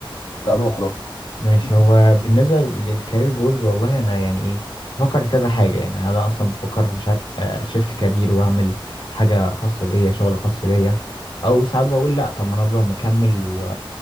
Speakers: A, on the left; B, on the left.
A: لا روح روح
B: ماشي
A: <laughs>
B: هو بالنسبة للكارير جولز والله أنا يعني إيه بفكر في كذا حاجة يعني أنا أصلا بفكر مش عارف شيفت كارير وأعمل حاجة خاصة بيا شغل خاص بيا أو ساعات بقول لأ طب ما أنا أفضل مكمل و...